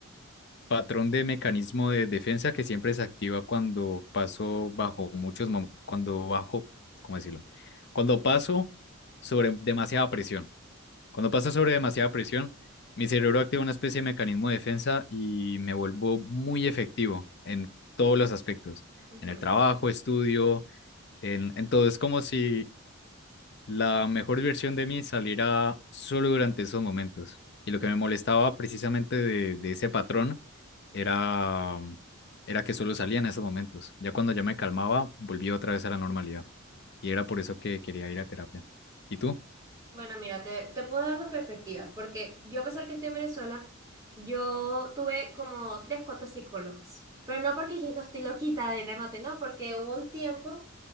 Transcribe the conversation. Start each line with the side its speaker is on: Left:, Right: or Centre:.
Left: patrón de mecanismo de defensa que siempre se activa cuando paso bajo muchos, mom- cuando bajo, ¿cómo decirlo? Cuando paso sobre demasiada presión. Cuando paso sobre demasiada presión, mi cerebro activa una especie de mecanismo de defensa y me vuelvo muy efectivo en todos los aspectos,
Right: ujú.
Left: en el trabajo, estudio, en, en todo. Es como si la mejor versión de mí salirá solo durante esos momentos. Y lo que me molestaba precisamente de, de ese patrón era, era que solo salía en esos momentos. Ya cuando ya me calmaba, volví otra vez a la normalidad. Y era por eso que quería ir a terapia. ¿Y tú?
Right: Bueno, mira, te, te puedo dar dos perspectivas, porque yo a pesar que estoy en Venezuela, yo tuve como tres, cuatro psicólogos, pero no porque dije, no estoy loquita de remate, no, porque hubo un tiempo